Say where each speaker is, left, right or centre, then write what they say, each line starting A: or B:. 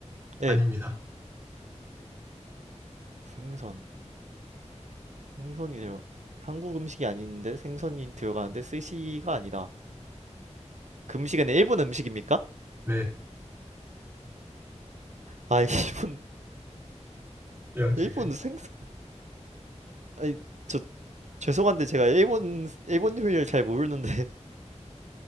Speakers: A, on the right; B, on the right.
A: 예,
B: 아닙니다.
A: 생선, 생선이 들어. 한국 음식이 아닌데 생선이 들어가는데 스시가 아니다. 그 음식은 일본 음식입니까?
B: 네.
A: 아, 일본,
B: 열두
A: 일본
B: 개
A: 생선. 아니, 저 죄송한데 제가 일본 일본 요리를 잘 모르는데,